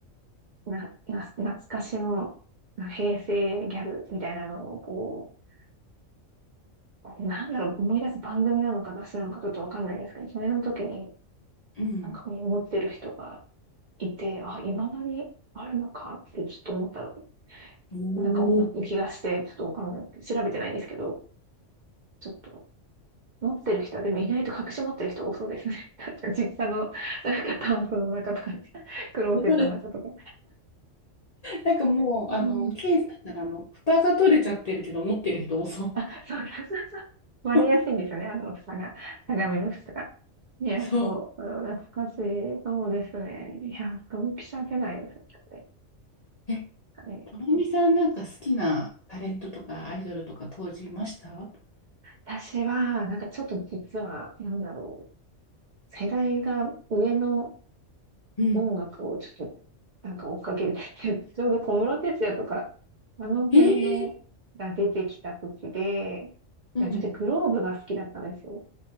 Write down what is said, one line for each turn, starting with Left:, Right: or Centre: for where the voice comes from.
Right: な、な、懐かしの、な平成ギャルみたいなのを、こう、なんだろう、思い出す番組なのか私なのかちょっとわかんないですけど、それの時に
Left: うん。
Right: なんか持ってる人がいて、あ、未だにあるのかってちょっと思った
Left: お
Right: なんか思う気がして、
Left: お、
Right: ちょっとわかんない。調べてないんですけど、ちょっと持ってる人は、でも意外と隠し持ってる人多そうですね。<laughs> なんか実家の、なんかタンスの中とか、クローゼットの中とか。
Left: われ、なんかもう、
Right: うん。
Left: あの、ケースだったら、あの、蓋が取れちゃってるけど、持ってる人多そう。
Right: あ、そうそうそうそう。割れやすいんですよね、
Left: <laughs>
Right: あの、蓋が。鏡の蓋が。いや、
Left: そう。
Right: そう、懐かしい。そうですね。いや、ドンピシャ世代ですよね。
Left: え、
Right: ね
Left: ともみさん、なんか好きなタレントとかアイドルとか当時いました
Right: 私は、なんかちょっと実は、なんだろう、世代が上の
Left: うん。
Right: 音楽をちょっと、なんか追っかけてて、<laughs> ちょうど小室哲哉とか、あの辺のが出てきた時で、
Left: えー
Right: い
Left: うん。
Right: や、私グローブが好きだったんですよ。